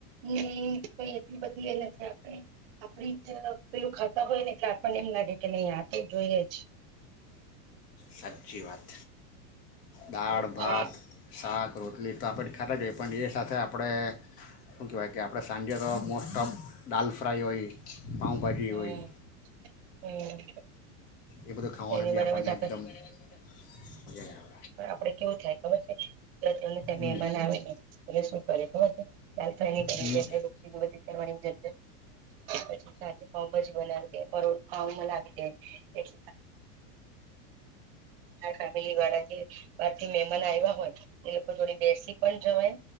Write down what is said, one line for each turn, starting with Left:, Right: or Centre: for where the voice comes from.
Right: ની કઈ એટલી બધી એ નથી આપણે, આપડી જે પેલું ખાતા હોય ને એટલે આપણને એમ લાગે કે નહી આ તો જોઈએ જ.
Left: સાચી વાત. દાળ,
Right: એવું
Left: ભાત,
Right: છે
Left: શાક રોટલી તો આપણે ખાતા જ હોય પણ એ સાથે આપણે શું કહેવાય કે આપણે સાંજે તો મોસ્ટ ઓફ દાલ ફ્રાય હોય. પાંઉભાજી
Right: હમ
Left: હોય.
Right: હમ
Left: એ બધું ખાવાનું
Right: એની
Left: બી
Right: બરાબર
Left: આપણને
Right: છે આપડે
Left: એકદમ <unintelligible>
Right: પણ આપડે કેવું થાય ખબર છે તને ત્યાં
Left: હમ
Right: મહેમાન આવે ને એ શું કરે ખબર છે્યા થાય
Left: હમ
Right: રો વધ કરવાની જરૂર પછ સાજઉભાજી બનાવી દે પર લવી દેટ ફેમિલી વાળા જે બારથી મહેમાન આવ્યા હોય એ લોકો જોડે બેસી પણ જવાય